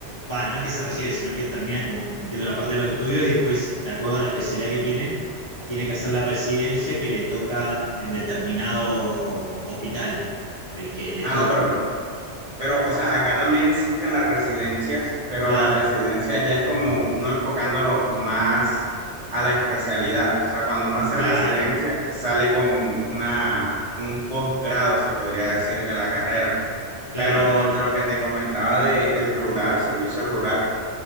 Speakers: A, on the left; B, on the right.
A: va, no es que se recibe, sino que termina como, entiendo, la parte de los estudios y después, de acuerdo a la especialidad que tiene, tiene que hacer la residencia que le toca en determinado hospital, el que le
B: Ah,
A: toque.
B: no, pero, pero, o sea, acá también existen las residencias, pero
A: Ah,
B: la residencia ya es como uno enfocándolo más a la especialidad. O sea, cuando uno hace
A: claro,
B: residencia, sale con una, un posgrado, se podría decir, de la carrera.
A: claro.
B: Pero
A: Ah,
B: de lo que te comentaba del rural, servicio rural,